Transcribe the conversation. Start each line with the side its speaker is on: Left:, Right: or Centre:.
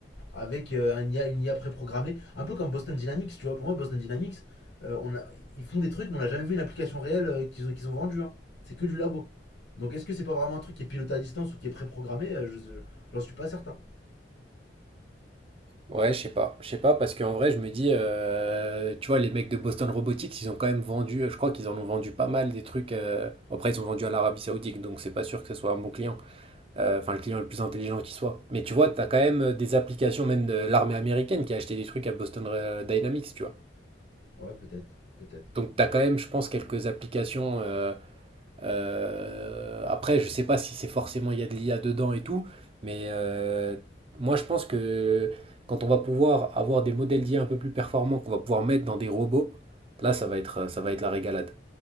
Left: avec euh, un IA, une IA préprogrammée, un peu comme Boston Dynamics, tu vois. Pour moi, Boston Dynamics, euh, on a- ils font des trucs, mais on n'a jamais vu une application réelle euh, qu'ils ont, qu'ils ont vendue. hein. C'est que du labo. Donc, est-ce que c'est pas vraiment un truc qui est piloté à distance ou qui est préprogrammé Euh, je- je- J'en suis pas certain.
Right: Ouais, je sais pas. Je sais pas, parce qu'en vrai, je me dis, euh, tu vois, les mecs de Boston Robotics, ils ont quand même vendu, je crois qu'ils en ont vendu pas mal des trucs. euh, Après, ils ont vendu à l'Arabie Saoudite, donc c'est pas sûr que ce soit un bon client. Euh, Enfin, le client le plus intelligent qui soit. Mais tu vois, t'as quand même euh, des applications, même de l'armée américaine, qui a acheté des trucs à Boston euh, Dynamics, tu vois.
Left: Ouais, peut-être, peut-être.
Right: Donc, t'as quand même, je pense, quelques applications. euh, euh, Après, je sais pas si c'est forcément il y a de l'IA dedans et tout, mais euh, moi, je pense que quand on va pouvoir avoir des modèles d'IA un peu plus performants, qu'on va pouvoir mettre dans des robots, là, ça va être, ça va être la régalade.